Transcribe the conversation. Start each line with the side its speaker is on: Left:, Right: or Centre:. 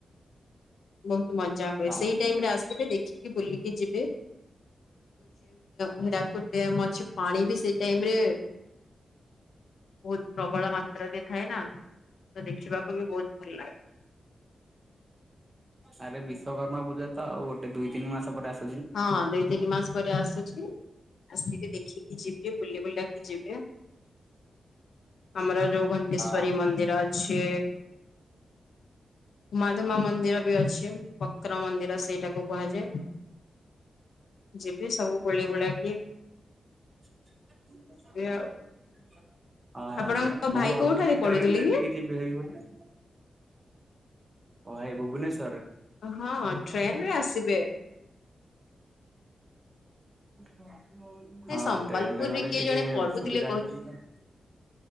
Left: ବ ମଜା ହୁଏ
Right: ହଁ।
Left: ସେଇ ଟାଇମ ରେ ଆସିବେ ଦେଖିକି ବୁଲିକି ଯିବେ। ଘରାପୁର ଡ୍ୟାମ ଅଛି ପାଣି ବି ସେଇ ଟାଇମରେ ବହୁତ ପ୍ରବଳ ମାତ୍ର ପତ୍ର ବି ଥାଏ ନା ତ ଦେଖିବାକୁ ବି ବହୁତ ଭଲ ଲାଗେ।
Right: ଆରେ ବିଶ୍ଵକର୍ମା ପୂଜା ତ ଆଉ ଗୋଟେ ଦୁଇ ତିନି ମାସ ପରେ ଆସ
Left: ହଁ ଦିଇ ତିନି ମାସ ପରେ ଆସୁଛି ଆସିକିରି ଦେଖି କି ଯିବେ ବୁଲି ବୁଲାବା କିି ଯିବେ। ଆମର ଯଉ ଘଣ୍ଟେଶ୍ଵରୀ
Right: ହଁ।
Left: ମନ୍ଦିର ଅଛି ମାଧୁମା ମନ୍ଦିର ବି ଅଛି ବକ୍ର ମନ୍ଦିର ସେଇଟାକୁ କୁହାଯାଏ। ଯିବେ ସବୁ ଗୋଳି ଗୋଳା କି
Right: <unintelligible>
Left: ଆଉ
Right: ହ
Left: ଆପଣଙ୍କ
Right: ମୁଁ
Left: ଭାଇ
Right: ଭାବୁଥିଲି
Left: କୋଉଠାରେ ପଢୁଥିଲେ
Right: ଟ୍ରେନ ରେ
Left: କି?
Right: ଟିକେ ଯିବି ହାରିବୋଲି। ହ ଭାଇ ଭୁବନେଶ୍
Left: ହଁ ଟ୍ରେନ ରେ ଆସିବେ।
Right: ହଁ,
Left: ନାଇଁ
Right: ହଁ
Left: ସମ୍ବଲପୁରରେ
Right: ଟ୍ରେନ ରେ ଗଲେ
Left: କିଏ
Right: ଟିକେ
Left: ଜଣେ ପଢୁଥିଲେ
Right: ସୁବିଧା ହେଇଥାନ୍ତା।